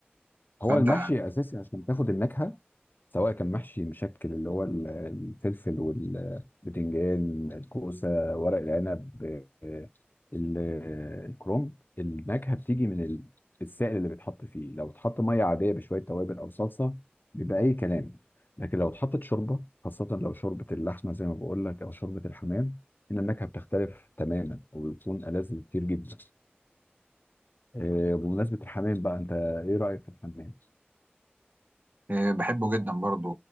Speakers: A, on the right (about 45°); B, on the left (about 50°).
A: <laughs>
B: هو
A: فانت
B: المحشي اساسي عشان تاخد النكهه سواء كان محشي مشكل اللي هو ال- الفلفل والبتنجان الكوسة ورق العنب آه، ال- آه، الكرنب النكهة بتيجي من ال- السائل اللي بيتحط فيه لو اتحط مية عادية بشوية توابل أو صلصة بيبقى أي كلام لكن لو اتحطت شوربة خاصة لو شوربة اللحمة زي ما بقول لك أو شوربة الحمام إن النكهة بتختلف تماما وبتكون ألذ بكتير جدا آه، بمناسبة الحمام بقى أنت إيه رأيك في الحمام؟
A: آه، بحبه جدا برضه